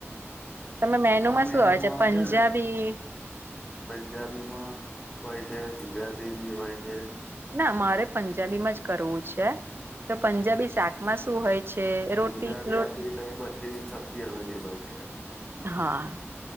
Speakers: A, on the right; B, in the centre.
A: તમે મેનુમાં
B: અમારા મેનુ
A: શું આવે
B: માં
A: પંજાબી
B: છે ને, પંજાબી મા હોય છે ગુજરાતી બી હોય છે,
A: ના મારે પંજાબીમાં જ કરવું છે તો પંજાબી શાકમાં શું હોય, છે
B: પંજાબી
A: રોટી રોટી
B: આપી તઈ બધી સબ્જી અવેલેબલ છે.
A: હા,